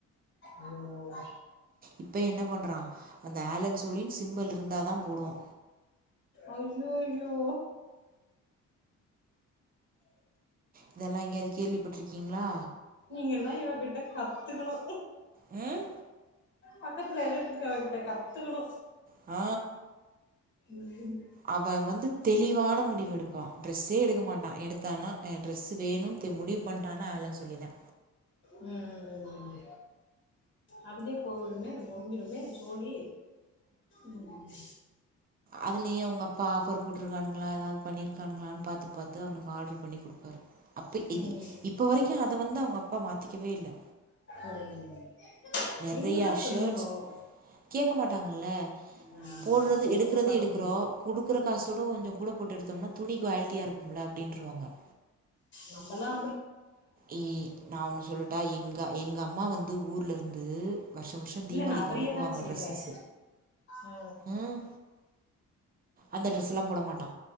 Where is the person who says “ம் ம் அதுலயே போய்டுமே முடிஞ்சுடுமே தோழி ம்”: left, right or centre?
Left